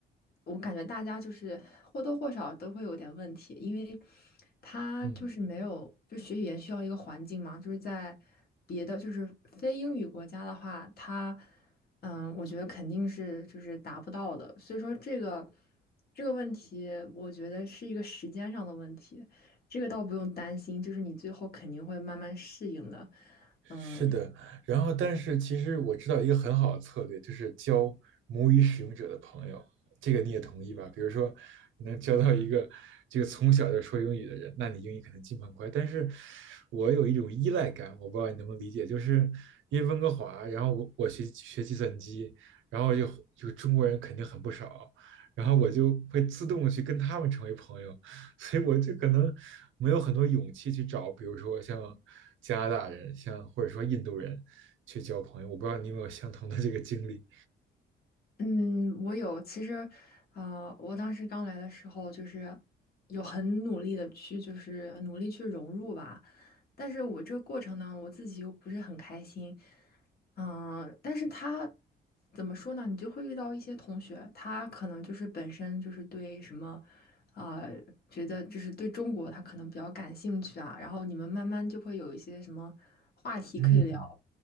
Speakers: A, on the left; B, on the right.
A: 我感觉大家就是或多或少都会有点问题，因为他就是没有就学语言需要一个环境嘛，
B: 嗯，
A: 就是在别的就是非英语国家的话，他。嗯，我觉得肯定是就是达不到的，所以说这个这个问题，我觉得是一个时间上的问题，这个倒不用担心，就是你最后肯定会慢慢适应的。
B: 是的。
A: 嗯，
B: 然后，但是其实我知道一个很好的策略，就是交母语使用者的朋友，这个你也同意吧？比如说，你能交到一个这个从小就说英语的人，那你英语肯定进步很快。但是我有一种依赖感，我不知道你能不能理解，就是因为温哥华，然后我我学学计算机，然后就就中国人肯定很不少，然后我就会自动的去跟他们成为朋友，<laughs> 所以我就可能没有很多勇气去找，比如说像加拿大人，像或者说印度人去交朋友。我不知道你有没有相同的这个经历。
A: 嗯，我有。其实，呃，我当时刚来的时候，就是有很努力的去，就是努力去融入吧。但是我这个过程呢，我自己又不是很开心。嗯，但是他怎么说呢？你就会遇到一些同学，他可能就是本身就是对什么，啊、觉得就是对中国他可能比较感兴趣啊。然后你们慢慢就会有一些什么话题可以聊。
B: 嗯，